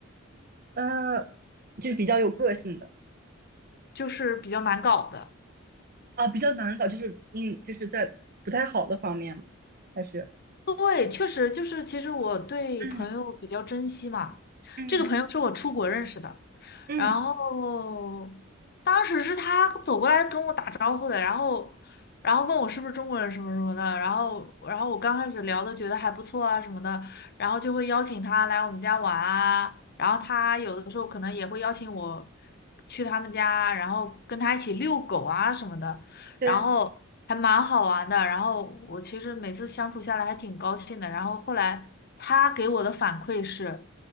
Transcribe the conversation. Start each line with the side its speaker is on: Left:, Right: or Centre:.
Right: 呃，就是比较有个性的
Left: 就是比较难搞的。
Right: 啊，比较难搞，就是嗯，就是在不太好的方面嘛，还是
Left: 对，确实就是，其实我对朋友比较珍惜嘛。
Right: 嗯嗯
Left: 这个朋友是我出国认识的。
Right: 嗯，
Left: 然后当时是他走过来跟我打招呼的，然后然后问我是不是中国人什么什么的，然后然后我刚开始聊的觉得还不错啊什么的，然后就会邀请他来我们家玩啊，然后他有的时候可能也会邀请我去他们家，然后跟他一起遛狗啊什么的，
Right: 对，
Left: 然后还蛮好玩的，然后我其实每次相处下来还挺高兴的，然后后来他给我的反馈是。